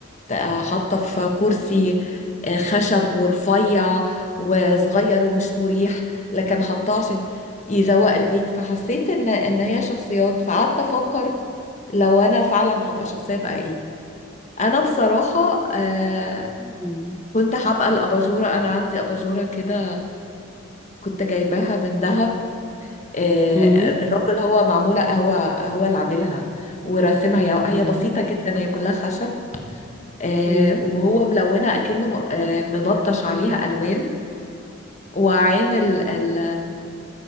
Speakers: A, on the left (about 35°); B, in the centre.
A: ت- آه، حاطة في كرسي آه، خشب ورفيع وصغير ومش مريح لكن حطاه عشان يزوق البيت فحسيت ان ان هي شخصيات فقعدت افكر لو انا فعلا هبقى شخصية بقى ايه انا بصراحة آه
B: مم.
A: كنت هبقى الاباجورة انا عندي اباجورة كده كنت جايباها من دهب آه،
B: مم.
A: الراجل هو معمولة هو هو اللي عاملها ورسمها هي هي
B: مم.
A: بسيطة جدا هي كلها خشب آه،
B: مم.
A: وهو ملونة أكنه آه، مبطش عليها ألوان وعامل ال